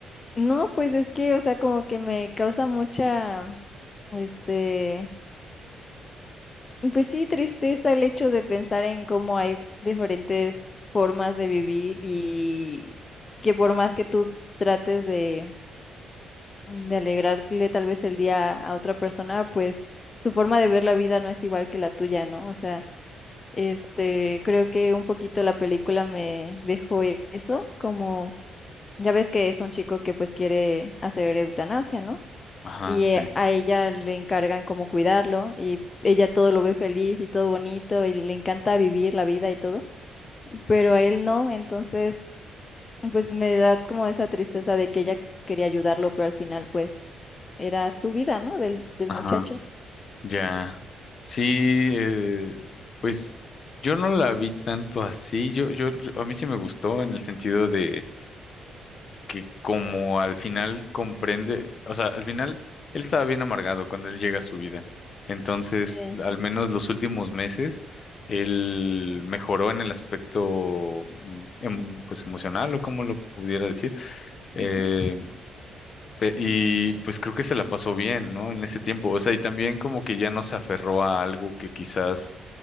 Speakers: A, on the left; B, on the left.
A: No, pues es que, o sea, como que me causa mucha, este... Pues sí, tristeza el hecho de pensar en cómo hay diferentes formas de vivir y que por más que tú trates de, de alegrarle tal vez el día a otra persona, pues su forma de ver la vida no es igual que la tuya, ¿no? O sea, este, creo que un poquito la película me dejó e- eso, como ya ves que es un chico que pues quiere hacer eutanasia, ¿no?
B: Ajá,
A: y
B: sí.
A: eh, a ella le encargan como cuidarlo y ella todo lo ve feliz y todo bonito y le encanta vivir la vida y todo, pero a él no, entonces pues me da como esa tristeza de que ella quería ayudarlo, pero al final pues era su vida, ¿no? Del, del
B: Ajá
A: muchacho.
B: Ya, sí, eh, pues yo no la vi tanto así, yo, yo, yo- a mí sí me gustó en el sentido de que como al final comprende, o sea, al final él estaba bien amargado cuando él llega a su vida, entonces
A: Sí,
B: al menos los últimos meses él mejoró en el aspecto, mm, em- pues emocional o como lo pudiera decir, eh,
A: Ujú.
B: Pe- Y pues creo que se la pasó bien, ¿no? En ese tiempo. O sea, y también como que ya no se aferró a algo que quizás